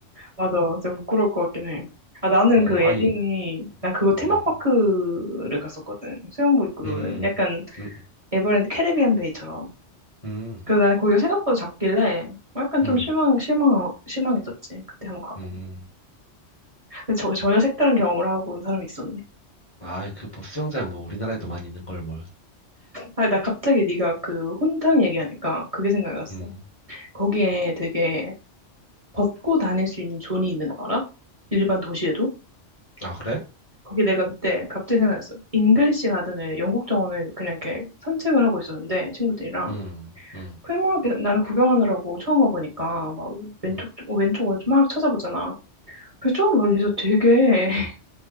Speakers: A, on the right (about 30°); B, on the left (about 30°).
A: 맞아. 진짜 부끄러울 것 같긴 해. 아, 나는
B: 어,
A: 그 에딩이,
B: 아니,
A: 나 그거 테마파크를
B: 음,
A: 갔었거든. 수영복 입고 노는.
B: 음,
A: 약간
B: 음,
A: 에버랜드 캐리비안 베이처럼.
B: 음,
A: 그래서 나는 거기가 생각보다 작길래 약간
B: 음,
A: 좀 실망, 실망, 실망했었지. 그때 한번 가고.
B: 음.
A: 근데 저, 전혀 색다른 경험을 하고 온 사람이 있었네.
B: 아, 그 뭐 수영장 뭐 우리나라에도 많이 있는 걸 뭘.
A: 아, 나 갑자기 네가 그 혼탕 얘기하니까 그게 생각이 났어.
B: 음.
A: 거기에 되게 벗고 다닐 수 있는 존이 있는 거 알아? 일반 도시에도?
B: 아, 그래?
A: 거기 내가 그때 갑자기 생각났어. 잉글리시 가든을 영국 정원을 그냥 이렇게 산책을 하고 있었는데 친구들이랑
B: 음, 음,
A: 그냥 막 이렇게 나는 구경하느라고 처음 와보니까 막 왼쪽
B: 음.
A: 왼쪽 오른쪽 막 찾아보잖아. 그래서 저 멀리서 되게 <laughs>